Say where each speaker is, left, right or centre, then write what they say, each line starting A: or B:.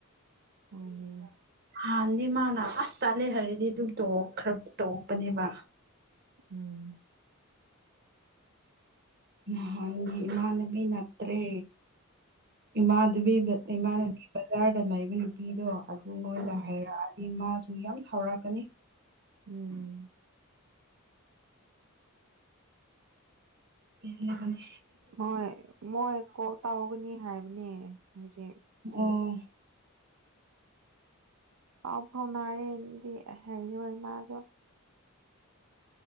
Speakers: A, on the right; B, on the right.
A: ꯍꯣꯢꯅꯦ
B: ꯅꯍꯥꯟꯗꯤ ꯃꯥꯅ ꯑꯁ ꯇꯥꯂꯦ ꯍꯥꯏꯔꯗꯤ ꯑꯗꯨꯝ ꯇꯣꯛ ꯇꯣꯛꯄꯅꯦꯕ
A: ꯎꯝ
B: ꯅꯍꯥꯟꯒꯤ ꯏꯃꯥꯟꯅꯕꯤ ꯅꯠꯇ꯭ꯔꯦ ꯏꯃꯥꯟꯅꯕꯤ
A: ꯈꯪꯗꯦ
B: ꯏꯃꯥꯟꯅꯕꯤ ꯕꯖꯥꯔꯗ ꯂꯩꯕ ꯅꯨꯄꯤꯗꯣ ꯑꯗꯨꯉꯣꯟꯗ
A: ꯎꯝ
B: ꯍꯥꯏꯔꯛꯑꯗꯤ ꯃꯥꯁꯨ ꯌꯥꯝ ꯁꯥꯎꯔꯛꯀꯅꯤ
A: ꯎꯝ
B: ꯄꯂꯀꯅꯤ
A: ꯍꯣꯏ ꯃꯣꯏ ꯀꯣꯛ ꯇꯧꯒꯅꯤ ꯍꯥꯏꯕꯅꯦ ꯍꯧꯖꯤꯛ
B: ꯑꯣ
A: ꯄꯥꯎ ꯐꯥꯎꯅꯔꯦꯅꯗꯤ ꯍꯩꯔꯣꯏ ꯃꯥꯗꯣ